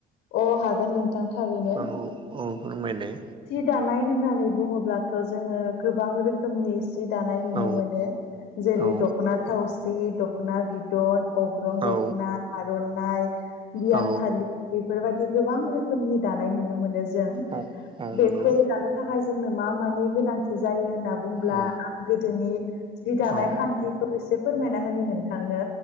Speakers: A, on the left; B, on the right.
A: अ हागोननों थां थारैनो
B: औ औ फोरमायनाय
A: सि दानाय होननानै बुङोब्लाथ' जोङो गोबां रोखोमनि <unintelligible> दानाय नुनो
B: औ
A: मोनो जेरै
B: औ
A: दख'ना थावसि दख'ना बिदन अग्रं
B: औ
A: दखना आरारनायनाय बियान
B: औ
A: फालि बेफोरबायदि गोबां रोखोमनि दानाय नुनो मोनो जों
B: औ औ
A: बेखौ
B: नंगौ
A: दानो थाखाय जोंनो मा मानि गोनांथि जायो होनना। बुंब्ला
B: औ
A: आं गोदोनि जि दानाय
B: औ
A: खान्थिखौ एसे फोरमायना होनि नोंथांनो।